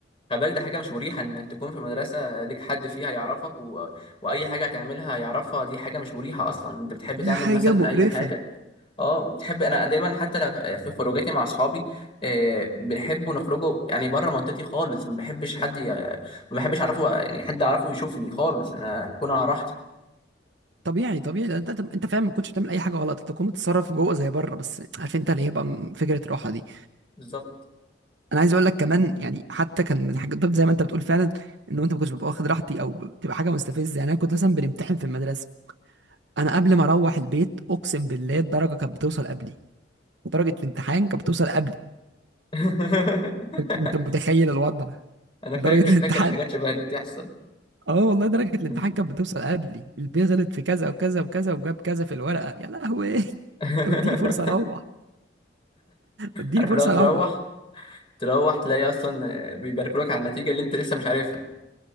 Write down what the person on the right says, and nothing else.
دي
حاجة
مقرفة
طبيعي طبيعي لأن انت انت فعلا ما كنتش بتعمل اي حاجه غلط انت كنت بتتصرف جوه زي بره بس عارف انت اللي هي بقى فكره راحه دي
انا عايز اقول لك كمان يعني حتى كان من حاجات بالظبط زي ما انت بتقول فعلا ان انت ما كنتش ببقى واخد راحتي او بتبقى حاجه مستفزه يعني انا كنت مثلا بنمتحن في المدرسه
انا قبل ما اروح البيت اقسم بالله الدرجه كانت بتوصل قبلي درجه الامتحان كانت بتوصل قبلي
انت متخيل الوضع
درجه
الامتحان
اه والله درجه الامتحان
كانت بتوصل قبلي البي غلط في كذا وكذا وكذا وجاب كذا في الورقه يا لهوي <laughs> انت
بتديني فرصه اروح اديني
فرصه
اروح